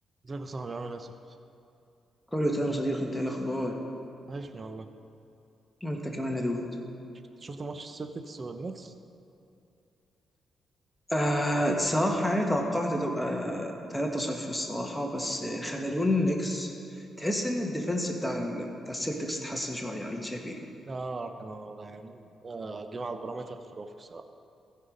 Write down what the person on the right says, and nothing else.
ازيك يا صاحبي عامل ايه يا صاحبي؟
وحشني والله
شفت ماتش السلتكس والنكس؟
اه كانوا يعني آه جمع على البارامتر خرافي بصراحة